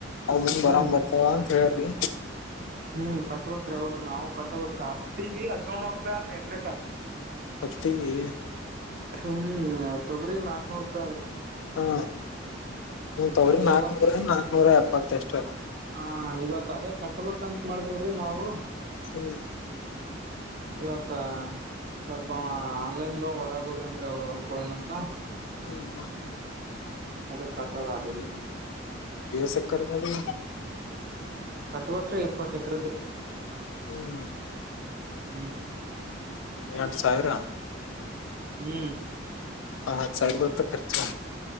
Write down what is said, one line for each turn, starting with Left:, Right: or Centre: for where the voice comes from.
Left: ಅದ ಮುಂಗ್ ಬರಂಗ್
Right: ಹ್ಮ್
Left: ಬರ್ತಾವ ಅಂತ ಹೇಳ್ರಿ
Right: ಹ್ಮ್ ಕಟ್ಬೇಕ್ರ ಹಾವದ್ರಿ ನಾವವು ಕಟ್ಬೇಕ್ರ ಅತಿ ಹಿ ಹದಿನೇಳ ನನೂ ರೂಪಾಯಿ ಆದ್ರಿ ಎಕ್ರಕಾ
Left: ಹತ್ತಿಗೆ
Right: ಹುಮ್ಮ ತೊಗ್ರಗ್ ನಾಲ್ಕನೂರು ರೂಪಾಯಿ ಆದ್ರೀ
Left: ಹಾ ಒ ತವ್ರಿ
Right: ಅದೇ
Left: ನಾಕನೂರ ನಾಕ್ನೂರ ಎಪ್ಪತ್ತ ಎಷ್ಟು
Right: ಹಾ ಇವತ್ ಅದೇ ಕಟ್ಬೇಕಂತ ಮಾಡಿದೀವ್ರಿ ನಾವು
Left: ಹ್ಮ್
Right: ಇವತ್ತ ಸ್ವಲ್ಪ ಆನ್ಲೈನ್ದ ಹೊರಗ ಹೋಗೇನ್ರೀ ಅವ್ರು ಹೊಲ್ಕೋನ ಅಂತ
Left: ಹ್ಮ್ ಹ್ಮ್
Right: ಅದ ಕಟ್ಟದ್ ಆಗ್ಲ್ರರಿ
Left: ಎ ಸಕ್ಕರ್ದದು
Right: ಕಟ್ ಬೇಕ್ರಿ ಎಪ್ಪತ್ತ ಎಕ್ರದ್ರೀ
Left: ಹ್ಮ್
Right: ಹೂ
Left: ಎಂಟ ಸಾವಿರ
Right: ಹೂ
Left: ಮತ್ತೆ ಸೈಡ್ ಗಳ್ ಖರ್ಚು